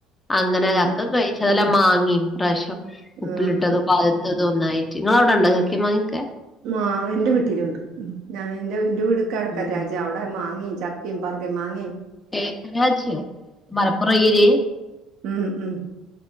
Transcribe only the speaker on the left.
അങ്ങന
ചക്ക
ക ചതെല്ല മാങ്ങിം ഇപ്രാഷ്യം ഉപ്പ്ലിട്ടതും
പ അതൊന്നായ്റ്റ് ഇങ്ങളവടെണ്ടോ ചക്കീം മാങ്ങ്യക്കെ
ഉം
ഏതാ <unintelligible> മലപ്പുറം ഏരിയെ